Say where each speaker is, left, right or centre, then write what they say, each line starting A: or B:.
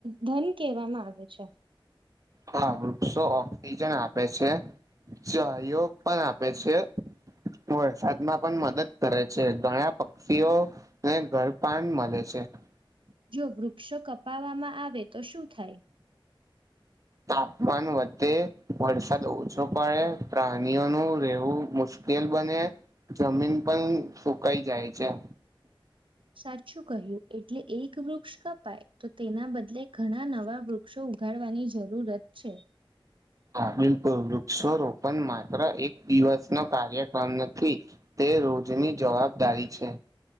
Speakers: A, on the right; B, on the right.
A: ધન કહેવામાં આવે છે.
B: હા, વૃક્ષો ઓક્સિજન આપે છે. ચઓ પણ આપે છે. વરસાદમાં પણ મદદ કરે છે, ઘણા પક્ષીઓને ઘરપાન મળે છે. હ
A: જો વૃક્ષો કપાવામાં આવે, તો શું થાય
B: તાપમાન વધે વરસાદ ઓછો, પડે પ્રાણીઓનું રહેવું મુશ્કેલ તેલ બને જમીન પણ સુકાઈ જાય છે.
A: સાચું કહ્યું, એટલે એક વૃક્ષ કપાય તો તેના બદલે ઘણા નવા વૃક્ષો, ઉઘા વગાડવાની જરૂરત છે. હમ
B: બિલકુલ વૃક્ષ, રોપણ માત્ર એક દિવસ નો કાર્યક્રમ નથી તે જની જવાબદારી છે